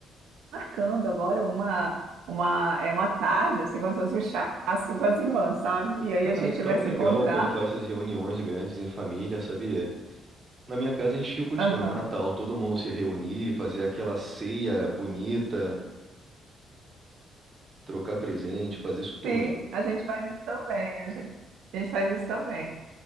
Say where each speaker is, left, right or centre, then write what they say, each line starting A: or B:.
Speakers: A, on the right; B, on the right.
A: marcando agora uma, uma, é uma tarde, assim, como se fosse um chá, assim, com as irmãs, sabe? E aí
B: Cara,
A: a gente
B: é tão
A: vai
B: legal
A: se encontrar.
B: quando faz essas reuniões grandes em família, sabia? Na minha casa a gente tinha o costume,
A: Aham.
B: Natal, todo mundo se reunir, fazer aquela ceia bonita, trocar presente, fazer isso tudo.
A: Sim, a gente faz isso também. A gente, a gente faz isso também.